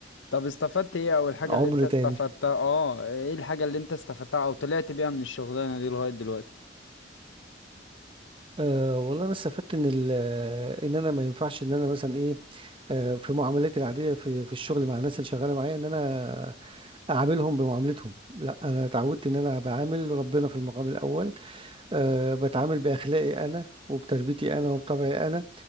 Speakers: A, on the left; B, on the right.
A: طب استفدت ايه اول حاجة
B: عمر
A: اللي انت استفدتها
B: تاني
A: اه ايه الحاجة اللي انت استفدتها او طلعت بيها من الشغلانة دي لغاية دلوقتي
B: أه والله انا استفدت ان ال- آه، ان انا ما ينفعش ان انا مثلا ايه أه في معاملاتي العاديه في في الشغل مع الناس اللي شغاله معايا ان انا اعاملهم بمعاملتهم لا انا اتعودت ان انا بعامل ربنا في المقام الاول أه بتعامل باخلاقي انا وبتربيتي انا وبطبعي انا